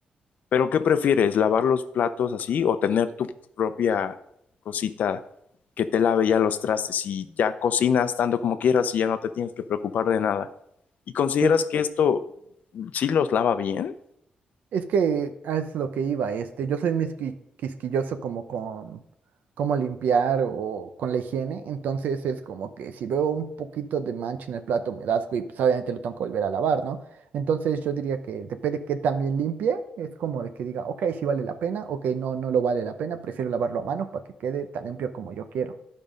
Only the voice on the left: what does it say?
pero ¿qué prefieres? ¿Lavar los platos así o tener tu propia cosita que te lave ya los trastes y ya cocinas tanto como quieras y ya no te tienes que preocupar de nada? ¿Y consideras
que esto sí los lava bien?